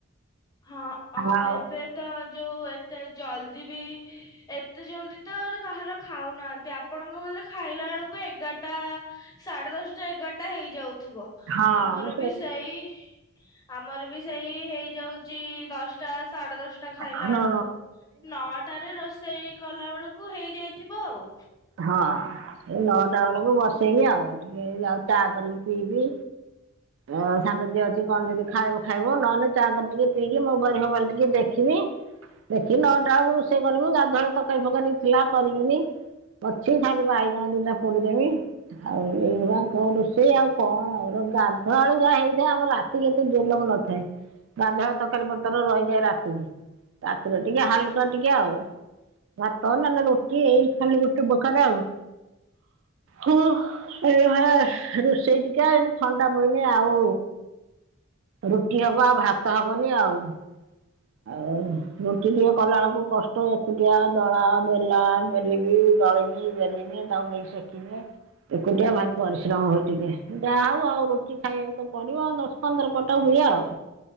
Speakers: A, on the left; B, on the right.
A: ହଁ ଆ
B: ଆଉ
A: ଏବେ ତ ଯୋଉ ଏତେ ଜଲଦି ବି ଏତେ ଜଲଦି ତ କାହାର ଖାଉନାହାନ୍ତି ଆପଣଙ୍କ ବୋଧେ ଖାଇଲା ବେଳକୁ ଏଗାରଟା ସାଢେ ଦଶଟା ଏଗାରଟା ହେଇଯାଉଥିବ।
B: ହଁ
A: ଆମର
B: ମୁଁ
A: ବି ସେଇ ଆମର ବି ସେଇ ହେଇ ଦଶଟା ସାଢେ ଦଶଟା ଖାଇଲା
B: ହଁ
A: ବେଳକୁ ନଅଟା ରେ ରୋଷେଇ କଲା ବେଳକୁ ହେଇଯାଇଥିବ ଆଉ।
B: ହଁ ସେ ନଅଟା ବେଳକୁ ବସେଇବି ଆଉ। ଟିକେ ଆଉ ଚା କରିକି ପିଇବି ଆଉ ସାନ ଝିଅ ଅଛି। କଣ ଯଦି ଖାଇବ ଖାଇବ ନହେଲେ ଚାହା କପ ଟିକେ ପିଇକି ମୁଁ ବାର ହାର ଟିକେ ଦେଖିବି। ଦେଖି ନଟା ବେଳକୁ ରୋଷେଇ କରିବୁ ଗାଧୁଆଉଳି ତରକାରୀ ଫକୀ ଥିଲା କରିବୁନି। ଅଛି ଖାଲି ବାଇଗଣ ଦିଇଟା ପୋଡିଦେବି। ଆଉ ଏଇଭଆ କ ରୋଷେଇ ଆଉ କଣ ଆଉ ଗାଧୁଆଳ ଯାହା ହେଇଥାଏ ଆମର। <inaudible> ଜଲମ ନଥାଏ ଗାଧୁଆ ତରକାରୀ ପତ୍ର ରହିଯାଏ ରାତିରେ, ରାତିରେ ଟିକେ ହାଲୁକା ଟିକେ ଆଉ। ଭାତ ନହେଲେ ରୋଟି ଏଇ ଖାଲି ଏପ୍ରକାର ଆଉ ହ ଏଭଳିଆ, ରୋଷେଇ ଟିକେ ଥଣ୍ଡା ପାଇଲେ ଆଉ, ରୁଟି ହବ ଆଉ ଭାତ ହବନି ଆଉ। ଆଉ ଗୋଟି ଟିକେ କଲା ବେଳକୁ କଷ୍ଟ ଏକୁଟିଆ ଦଳା ବେଲା, ବେଲିବି, ଦଳିବି, ବେଲିମି। ତାକୁ ନେଇକି ସେକିଦିଏ। ଏକୁଟିଆ ଭାରି ପରିଶ୍ରମ ହଉଛି ଟିକେ, ଯାହା ହଉ ଆଉ ରୁଟି ଖାଇବାକୁ ତ ପଡିବ ଆଉ। ଦ ପନ୍ଦରପଟ ହୁଏ ଆଉ।